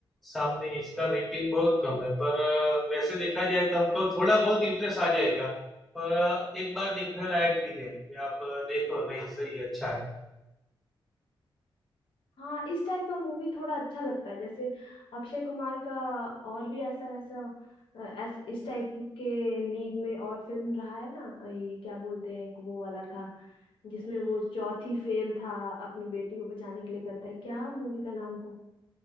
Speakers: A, in the centre; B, on the left.
A: सामने इसका रेटिंग बहुत कम है पर अ, वैसे देखा जाए तो हमको थोड़ा बहुत इंटरेस्ट आ जाएगा पर अ, एक बार देखने लायक भी है कि आप अ, देखो नहीं सही है, अच्छा है
B: हाँ इस टाइप का मूवी थोड़ा अच्छा लगता है जैसे अक्षय कुमार का और भी ऐसा वैसा अ, ऐस, इस टाइप के लीग में और फिल्म रहा है ना अ, ये क्या बोलते हैं एक वो वाला था जिसमें वो चौथी फेल था अपनी बेटी को बचाने के लिए करता है क्या मूवी का नाम था